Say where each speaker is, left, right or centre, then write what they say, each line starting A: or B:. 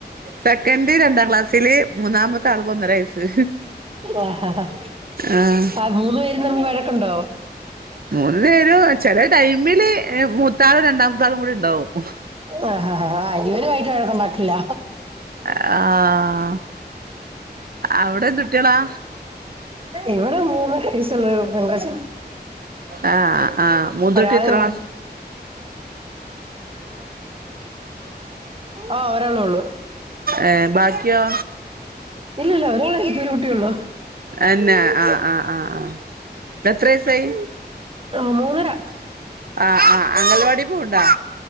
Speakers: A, on the right (about 60°); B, on the right (about 30°).
A: സെക്കൻഡ് രണ്ടാം ക്ലാസ്സില് മൂന്നാമത്തെ ആള്ക്ക് ഒന്നര വയസ്സ്
B: ആ
A: ആഹ്
B: ആ മൂന്ന് പേര് തമ്മി വഴക്കോണ്ടോ
A: മൂന്ന് പേരു ചെല ടൈമില് മൂത്താളും രണ്ടാമത്താളും കൂടിണ്ടാവും
B: ആ ആ ഇവനുമായിട്ട് വഴക്കുണ്ടാക്കില്ല
A: ആഹ് അവിടെ എന്തുട്ട്യാളാ
B: ഇവടെ മൂ ഒരു വയസ്സുള്ളൊരു പെങ്കൊച്ച
A: ആ ആ മൂത്തോട്ടി
B: ഒരാളേ
A: എത്രാം ക്ല
B: ഒ ഒരാളേ ഉള്ളു
A: ഏഹ് ബാക്കിയോ
B: ഇല്ലല്ല ഒരാള് എനിക്കു ഒരു കുട്ടിയുള്ളു
A: അന്നെ ആഹ് ആഹ് ആഹ് ആഹ് എത്ര വയസ്സായി
B: ആ മൂന്നര
A: ആ ആ അംഗൽവാടി പൂണ്ട